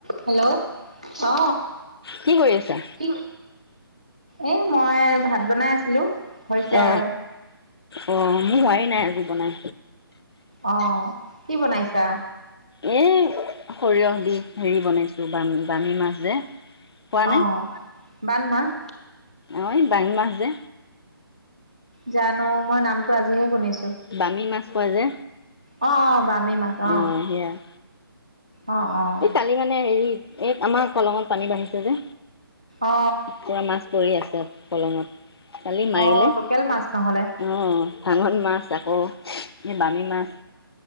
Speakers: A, on the right (about 15°); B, on the left (about 80°).
A: হেল্ল, ' অ
B: কি কৰি আছা
A: কি, এ মই ভাত, ভাত বনাই আছিলো। হৈছে
B: অ
A: আৰু
B: অ মোৰ হোৱাই নাই। আজি বনাই
A: অ কি বনাইছা?
B: এ সৰিয়হ দি হেৰি বনাইছো বাম বামী মাছ যে। খোৱা
A: অ বামী মাছ
B: হৈ বামী মাছ যে
A: জানো মই নামটো আজিহে শুনিছো,
B: বামী মাছ কয় যে
A: অ অ বামী মাছ
B: অহ
A: অ
B: সেইয়াই
A: অ অ
B: এই কালি মানে হেৰি এই আমাৰ কলঙনত পানী বাঢ়িছে যে।
A: অ
B: পুৰা মাছ পৰি আছে। পলঙত কালি মাৰিলে,
A: অ লোকেল মাছ নহ'লে
B: অ অ ভাঙন মাছ আকৌ এ বামি মাছ